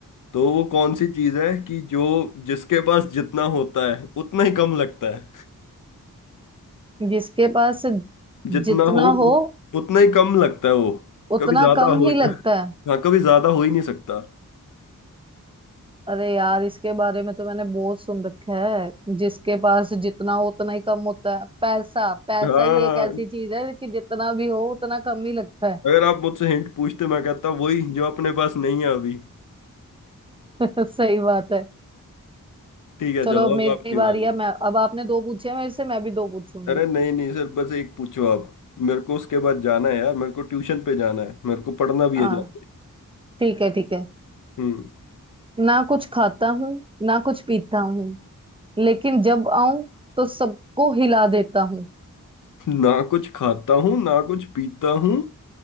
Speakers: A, on the left (about 65°); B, on the right (about 15°).
A: तो वो कौन सी चीज है कि जो जिसके पास जितना होता है उतना ही कम लगता है
B: जिसके पास
A: जितना
B: जितना
A: हो उत-
B: हो
A: उतना ही कम लगता है वो
B: उतना
A: कभी ज्यादा
B: कम
A: हो
B: ही
A: <laughs>
B: लगता है
A: हाँ कभी ज्यादा हो ही नहीं सकता
B: अरे यार इसके बारे में तो मैंने बहुत सुन रखा है जिसके पास जितना हो उतना ही कम होता है पैसा पैसा
A: हाँ
B: ही एक ऐसी चीज है कि जितना भी हो उतना कम ही लगता
A: अगर आप मुझसे हिंट पूछते मैं कहता वही जो अपने पास नहीं है अभी
B: है <laughs> सही बात है
A: ठीक है
B: चलो
A: चलो
B: अब
A: अब
B: मेरी
A: आपकी
B: बारी
A: बारी
B: है मैं अब आपने दो पूछे हैं मेरे से मैं भी दो पूछूंगी
A: अरे नहीं नहीं सर बस एक पूछो आप मेरे को उसके बाद जाना है यार मेरे को ट्यूशन पे जाना है मेरे को पढ़ना भी
B: हाँ
A: है जाके
B: ठीक है ठीक है
A: हम्म
B: ना कुछ खाता हूँ ना कुछ पीता हूँ लेकिन जब आऊं तो सबको हिला देता हूँ
A: ना कुछ खाता हूँ ना कुछ पीता हूँ